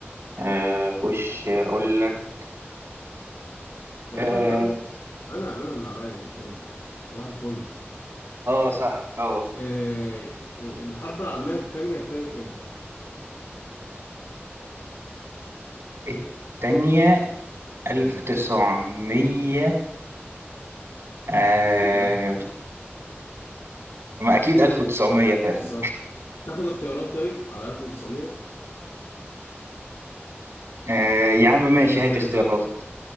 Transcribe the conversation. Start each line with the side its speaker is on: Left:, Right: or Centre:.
Right: آه خش اقول لك
Left: تقريبا
Right: اه
Left: انا انا انا اللي عليا مش انت صباح الفل
Right: آه، صح اه
Left: آه الحرب العالميه التانية ابتدت امتى
Right: التانية
Left: امم
Right: 1900 آه
Left: اكيد 1900
Right: ما أكيد 1900 فاهم
Left: بالظبط تاخد اختيارات طيب على 1900
Right: آه يا عم ماشي
Left: ولا
Right: هات
Left: ترزع
Right: اختيارات